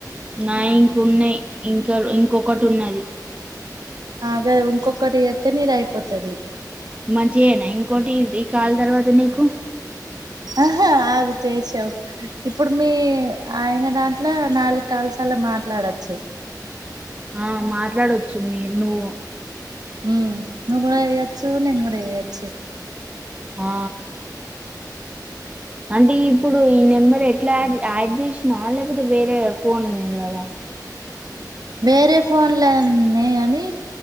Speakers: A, on the right; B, on the right.
A: నా ఇంక ఉన్నాయి ఇంకా ఇంకొకటి ఉన్నది
B: అగా ఇంకొకటి జేస్తే నీది అయిపోతది
A: మంచి అనాయా ఈ కాల్ తర్వాత నీకు
B: ఆహా ఆగు చేసావు ఇప్పుడు మీ ఆయన దాంట్లో నాలుగు కాల్స్ అ అల్లా మాట్లాడచ్చు
A: ఆ మాట్లాడొచ్చు మీర్ నువ్వు
B: ఉమ్ నువ్వు కూడా ఏయచ్చు నేను కూడా ఏయచ్చు
A: ఆ అంటే ఇప్పుడు ఈ నెంబర్ ఎట్లా యాడ్ యాడ్ జేసినావా లేకపోతే వేరే ఫోన్ ఉండ్ల్లాదా
B: వేరే ఫోన్లో ఉన్నయి కానీ